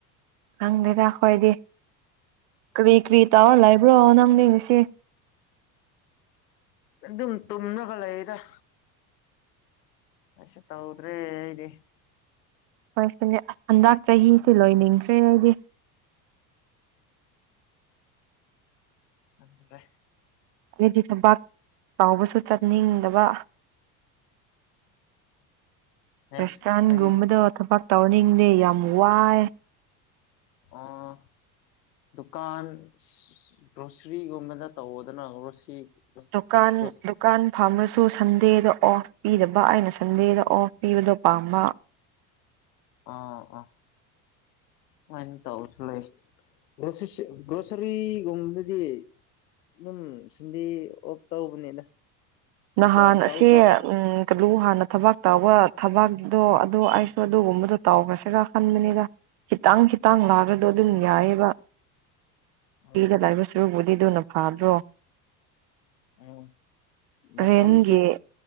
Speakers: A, on the right; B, on the left.
A: ꯈꯪꯗꯦꯗ ꯍꯣꯏꯗꯤ ꯀꯔꯤ ꯀꯔꯤ ꯇꯧꯔ ꯂꯩꯕ꯭ꯔꯣ ꯅꯪꯗꯤ ꯉꯁꯤ꯫
B: ꯑꯗꯨꯝ ꯇꯨꯝꯂꯒ ꯂꯩꯗ꯫ ꯀꯩꯁꯨ ꯇꯧꯗ꯭ꯔꯦ ꯑꯩꯗꯤ꯫
A: ꯍꯣꯏ ꯁꯤꯅꯦ ꯑꯁ ꯍꯟꯗꯛ ꯆꯍꯤꯁꯤ ꯂꯣꯏꯅꯤꯡꯈ꯭ꯔꯦ ꯑꯩꯗꯤ꯫
B: ꯈꯪꯗꯔꯦ꯫
A: ꯑꯩꯗꯤ ꯊꯕꯛ ꯇꯧꯕꯁꯨ ꯆꯠꯅꯤꯡꯗꯕ꯫
B: <unintelligible>
A: ꯔꯁꯊꯥꯟꯒꯨꯝꯕꯗꯣ
B: ꯆꯍꯤ
A: ꯊꯕꯛ ꯇꯧꯅꯤꯡꯗꯦ ꯌꯥꯝ ꯋꯥꯏ꯫
B: ꯑꯣ꯫ ꯗꯨꯀꯥꯟ ꯒ꯭ꯔꯣꯁꯔꯤꯒꯨꯝꯕꯗ ꯇꯧꯗꯅ ꯒ꯭ꯔꯣꯁꯤ
A: ꯗꯨꯀꯥꯟ
B: ꯒ꯭ꯔꯣꯁ
A: ꯗꯨ ꯗꯨꯀꯥꯟ ꯐꯥꯝꯔꯁꯨ ꯁꯟꯗꯦꯗ ꯑꯣꯐ ꯄꯤꯗꯕ ꯑꯩꯅ ꯁꯟꯗꯦꯗ ꯑꯣꯐ ꯄꯤꯕꯗꯣ ꯄꯥꯝꯕ꯫
B: ꯑ ꯑ ꯑꯗꯨꯃꯥꯢ ꯇꯧꯕꯁꯨ ꯂꯩ꯫ ꯒ꯭ꯔꯣꯁꯤꯁꯦ ꯒ꯭ꯔꯣꯁꯔꯤꯒꯨꯝꯕꯗꯗꯤ ꯑꯗꯨꯝ ꯁꯟꯗꯦ ꯑꯣꯐ ꯇꯧꯕꯅꯤꯗ꯫
A: ꯅꯍꯥꯟ
B: ꯗꯨꯀꯥꯟ ꯆꯥꯎ
A: ꯑꯁꯤ
B: ꯆꯥꯎ
A: ꯎꯝ ꯀꯗꯨ ꯍꯥꯟꯅ ꯊꯕꯛ ꯇꯧꯕ ꯊꯕꯛꯗꯣ ꯑꯗꯨ ꯑꯩꯁꯨ ꯑꯗꯨꯒꯨꯝꯕꯗꯣ ꯇꯥꯎꯈ꯭ꯔꯁꯤꯔꯥ ꯈꯟꯕꯅꯤꯗ꯫ ꯈꯤꯇꯪ ꯈꯤꯇꯪ ꯅꯥꯕꯗꯣ ꯑꯗꯨꯝ ꯌꯥꯏꯑꯦꯕ꯫
B: ꯎꯝ
A: ꯄꯤꯒꯗꯕ ꯁꯨꯔꯨꯛꯕꯨꯗꯤ ꯑꯗꯨꯅ ꯐꯕ꯭ꯔꯣ꯫
B: ꯎꯝ
A: ꯔꯦꯟꯒꯤ
B: ꯃꯇꯝꯁꯨ